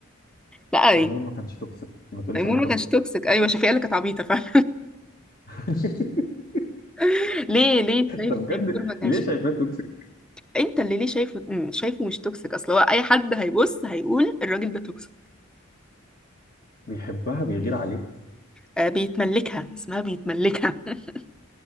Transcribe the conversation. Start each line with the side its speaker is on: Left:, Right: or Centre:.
Centre: لا
Left: تيمور
Centre: يعني
Left: ما كانش توكسيك ما تقوليش
Centre: تيمور
Left: عليه
Centre: ما
Left: توكسيك
Centre: كانش توكسيك ايوه شفيقة اللي كانت عبيطه فعلا
Left: <laughs>
Centre: <laughs> ليه ليه شايف
Left: طب بجد
Centre: تيمور ما كانش
Left: ليه شايفاه توكسيك
Centre: انت اللي ليه شايفه مم، شايفه مش توكسيك اصل هو اي حد هيبص هيقول الراجل ده توكسيك
Left: بيحبها بيغير عليه
Centre: آه بيتملكها اسمها بيتملكها <laughs>